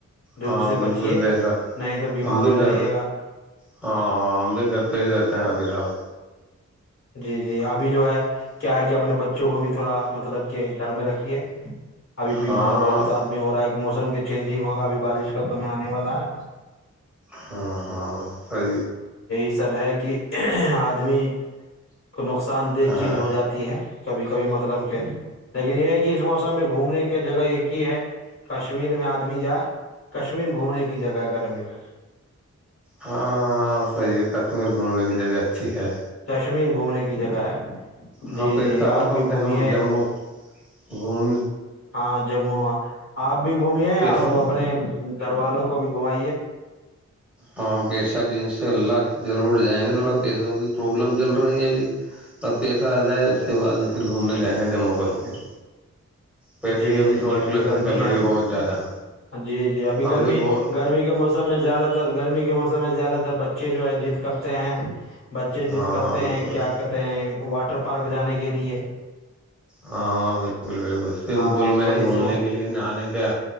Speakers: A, on the left; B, in the centre.
A: دھوپ
B: ہاں
A: سے
B: بالکل
A: بچیے
B: بے سک
A: نہیں تو بیمار
B: ہمم بھی
A: ہو جائیے
B: گھر
A: گا
B: ہاں ہاں ہممب بھی گھر صی رہتے ہیں آپھر آپ
A: جی جی ابھی جو ہے کیا ہے کہ اپنے بچوں کو بھی تھوڑا مطلب کہ گھر میں رکھی ہے ابھی بیمار
B: ہاں
A: بہت آدمی ہو رہا ہے کہ م چینجنگ ہوگا ابھی بارش کا تو میں آنے والا ہے
B: ہاں ہاں صی
A: یہ سب ہے کہ آدمی تو نقصان دہ
B: ہاں
A: چیز ہو جاتی ہے کبھی کبھی مطلب کہ لیکن یہ ہے کہ اس موسم میں گھومنے کے جگہ ایک ہی ہے کش کشمیر میں آدمی جائے کشمیر گھومنے کی جگہ گرمی میں
B: ہاں صحیح ہے کشمیر گھومنے کی جگہ اچھی ہے
A: کشمیر گھومنے کی جگہ ہے
B: ہاں
A: جی
B: پیسہ
A: جی آپ
B: ہو کم
A: بھی
B: سے
A: گھمیے
B: کم جموں گوم
A: ہاں جموں آپ بھی گھمیے
B: پیسوں
A: اور اپنے گھر والوں کو بھی گھمائیے
B: ہاں پیشہ کی انشاء اللہ ضرور جائیں گے تھوڑا پیسوں کی پرابلم چل رہی ہے ابھی تھوڑا پیسہ آ جائے اس کے بعد میں پھر گھومنے جائیں گے جموں کشمیر پیسے
A: جی
B: کی
A: جی
B: بھی
A: جی
B: سولٹ
A: ابھی
B: لیسن
A: گرمی
B: چل رہی ہے بہت زیادہ
A: جی جی ابھی
B: ہم
A: گرمی
B: بھی بہت
A: گرمی کے موسم میں زیادہ تر گرمی کے موسم میں زیادہ تر بچے جو ہے جضد کرتے ہیں بچے
B: ہاں
A: جضد کرتے
B: بالکل
A: ہیں کیا کہتے ہیں واٹر پارک جانے کے لیے
B: ہاں بالکل بالکل سوئمگ
A: ہاں
B: پول میں
A: تھوڑی
B: گھومنے کے لیئے نہانے کا